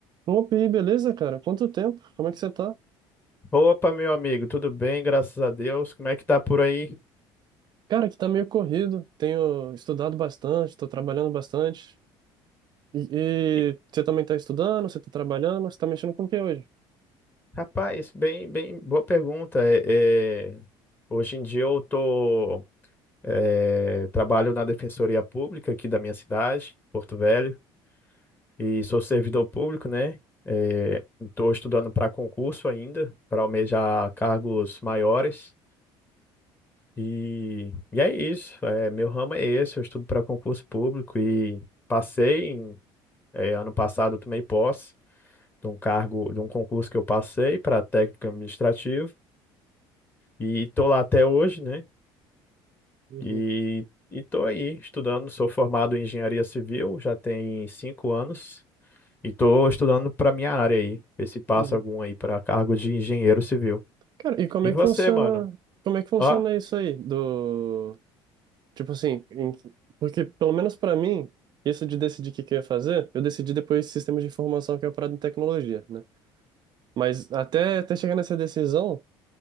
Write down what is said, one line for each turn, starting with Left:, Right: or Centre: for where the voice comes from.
Right: Opa, e aí, beleza, cara? Quanto tempo? Como é que você tá?
Left: Opa, meu amigo, tudo bem? Graças a Deus. Como é que tá por aí?
Right: Cara, aqui tá meio corrido. Tenho estudado bastante, tô trabalhando bastante. E, e
Left: E,
Right: você também tá estudando, você tá trabalhando, você tá mexendo com o que hoje?
Left: Rapaz, bem, bem, boa pergunta. É, é, hoje em dia eu tô, é, trabalho na Defensoria Pública aqui da minha cidade, Porto Velho, e sou servidor público, né? estou estudando para concurso ainda, para almejar cargos maiores. E, e é isso. É, meu ramo é esse, eu estudo para concurso público e passei em, é, ano passado, eu tomei posse. de um cargo, de um concurso que eu passei para técnico administrativo e tô lá até hoje, né?
Right: Uhum,
Left: E e tô aí estudando, sou formado em engenharia civil, já tem cinco anos e tô estudando para minha área aí, ver se passa
Right: uhum.
Left: algum aí para cargo de engenheiro civil.
Right: Cara, e como
Left: E
Right: é
Left: você,
Right: que funciona,
Left: mano?
Right: como é que funciona
Left: Ó,
Right: isso aí do, tipo assim, em- porque pelo menos pra mim, isso de decidir o que que eu ia fazer, eu decidi depois de sistemas de informação que é uma parada em tecnologia, né? Mas até até chegar nessa decisão,